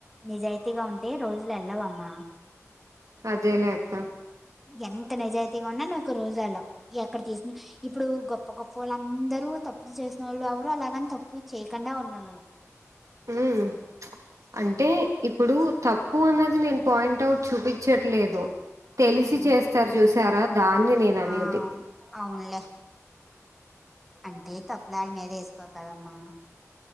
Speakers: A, in the centre; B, on the right.
A: నిజాయితీగా ఉంటే రోజులు ఎల్లవమ్మా
B: అదేలే అక్క
A: ఎంత నిజాయితీగా ఉన్నా నువ్వు ఒక రోజాలో అక్కడ తీసుకు ఇప్పుడు గొప్ప గొప్ప వాళ్ళందరూ తప్పు చేసిన వాళ్ళు ఎవరు అలాగని తప్పు చేయకుండా ఉండుండరు
B: ఉమ్ అంటే ఇప్పుడు తప్పు అన్నది నేను పాయింట్ అవుట్ చూపించట్లేదు తెలిసి
A: ఉమ్
B: చేస్తారు చూసారా దాన్ని నేననేది
A: ఆ అవునులే అంటే తప్పులాల మీదే వేసుకోరు కదమ్మా